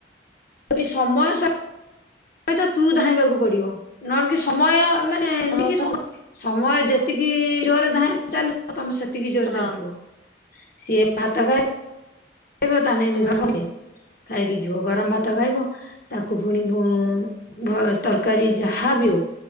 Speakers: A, on the left; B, on the left.
A: ଏବି ସମୟ ସ ଅଇତ ତୁ ଧାଇଁବାକୁ ପଡ଼ିବ। ନହେଲେ କି ସମୟ ମାନେ ଏନିକି
B: ହଁ ପା
A: ସମ ସମୟ ଯେତିକି ଜୋରେ ଧାଇଁ ଚାଲୁ ତମେ ସେତିକି ଜୋରରେ
B: ହଁ
A: ଚାଲୁଥୁବ। ସିଏ ଭାତ ଖାଇ ଖାଇବ ତା ନାଇଁ
B: ହୁଁ
A: <unintelligible> ହୋଉନି କି? କାହିଁକି ଯିବ ଗରମ ଭାତ ଖାଇବ। ତାକୁ ଫୁଣି ଭୋ ଭୋ ତରକାରୀ ଯାହା ବି ହୋଉ